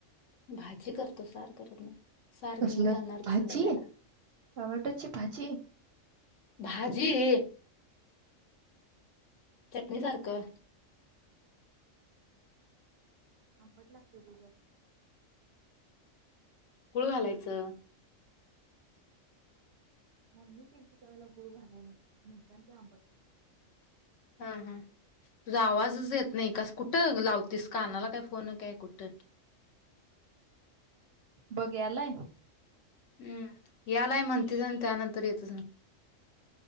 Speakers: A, on the left; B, on the right.
A: भाजी करतो सार करत नाही. सार घेऊन
B: कसलं
A: जाणार
B: भाजी
A: कसं डब्याला
B: टमॅटोची भाजी.
A: भाजी चटणी सारखं
B: <inaudible>
A: गुळ घालायचं.
B: <inaudible>
A: हा हा तुझा आवाजच येत नाही कस. कुठं लावतीस कानाला काय फोन काय कुठं.
B: बग यालाय.
A: हम्म यालाय म्हणतीच आणि त्यानंतर येतच नाय.